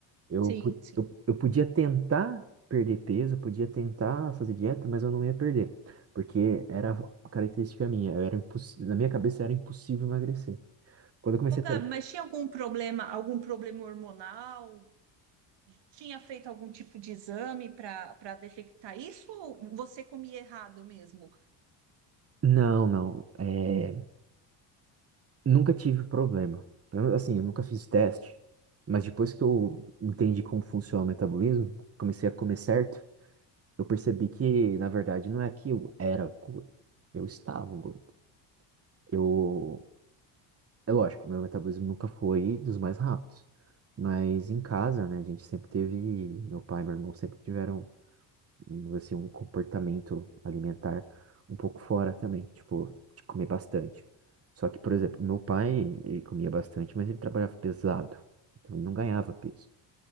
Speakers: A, on the right; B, on the right.
A: Eu,
B: Sim,
A: po-
B: sim.
A: eu, eu podia tentar perder peso, eu podia tentar fazer dieta, mas eu não ia perder, porque era uma característica minha, eu era impossi- na minha cabeça era impossível emagrecer. Quando eu comecei
B: Ô, Gabi,
A: a... tra-
B: mas tinha algum problema, algum problema hormonal? Tinha feito algum tipo de exame para para detectar isso ou você comia errado mesmo?
A: Não, não, é, nunca tive problema. Pra- Assim, eu nunca fiz teste, mas depois que eu entendi como funciona o metabolismo, comecei a comer certo, eu percebi que, na verdade, não é que eu era gordo, eu estava gordo. Eu É lógico, meu metabolismo nunca foi dos mais rápidos. Mas em casa, né, a gente sempre teve, meu pai e meu irmão sempre tiveram, um, assim, um comportamento alimentar um pouco fora também, tipo, de comer bastante. Só que, por exemplo, meu pai, ele comia bastante, mas ele trabalhava pesado, então ele não ganhava peso.